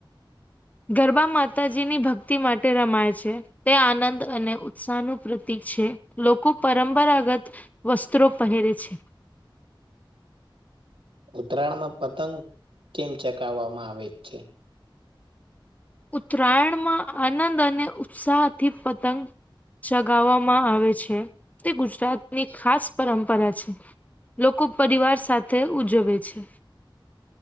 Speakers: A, on the left; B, on the right.
A: ગરબા માતાજીની ભક્તિ માટે રમાય છે. તે આનંદ અને ઉત્સાહનું પ્રતીક છે, લોકો પરંપરાગત વસ્ત્રો પહેરે છે.
B: ઉત્તરાયણ માં પતંગ કેમ ચગાવવામાં આવે છે?
A: ઉતરાયણમાં આનંદ અને ઉત્સાહથી પતંગ ચગાવવામાં આવે છે, તે ગુજરાતની ખાસ પરંપરા છે. લોકો પરિવાર સાથે ઉજવે છે.